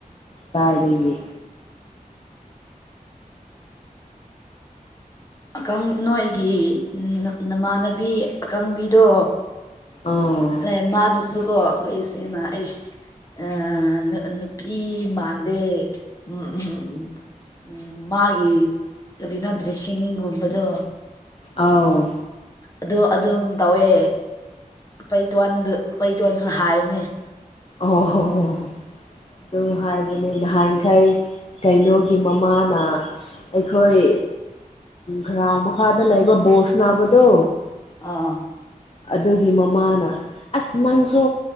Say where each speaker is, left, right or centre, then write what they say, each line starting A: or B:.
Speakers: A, on the left; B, on the left.
A: ꯀꯗꯥꯥꯏꯗꯒꯤ
B: ꯑꯀꯪ ꯅꯣꯏꯒꯤ ꯅꯃꯥꯟꯅꯕꯤ ꯑꯀꯪꯕꯤꯗꯣ
A: ꯑꯥ
B: ꯑꯦ ꯃꯥꯗꯨꯁꯨꯀꯣ ꯑꯩꯈꯣꯏꯁꯤꯅ ꯑꯩꯁ ꯑꯤ ꯅꯨ ꯅꯨꯄꯤ ꯃꯥꯟꯗꯦ ꯎꯝ ꯎꯝꯝ ꯎꯝ ꯃꯥꯒꯤ ꯀꯔꯤꯅꯣ ꯗ꯭ꯔꯦꯁꯁꯤꯒꯨꯝꯕꯗꯣ
A: ꯑꯥꯎ
B: ꯑꯗꯨ ꯑꯗꯨꯝ ꯇꯧꯋꯦ ꯄꯩꯇꯣꯟꯗꯨ ꯄꯩꯇꯣꯟꯁꯨ ꯍꯥꯏꯅꯦ
A: ꯑꯣ ꯍꯣ ꯍꯣ ꯑꯗꯨ ꯍꯥꯏꯕꯅꯦ ꯅꯍꯥꯟꯈꯩ ꯀꯩꯅꯣꯒꯤ ꯃꯃꯥꯅ ꯑꯩꯈꯣꯏ ꯒ꯭ꯔꯥꯎꯟꯗ ꯃꯈꯥꯗ ꯂꯩꯕ ꯕꯣꯜ ꯅꯥꯕꯗꯣ
B: ꯑꯥ
A: ꯑꯗꯨꯒꯤ ꯃꯃꯥꯅ ꯑꯁ ꯅꯪꯁꯨ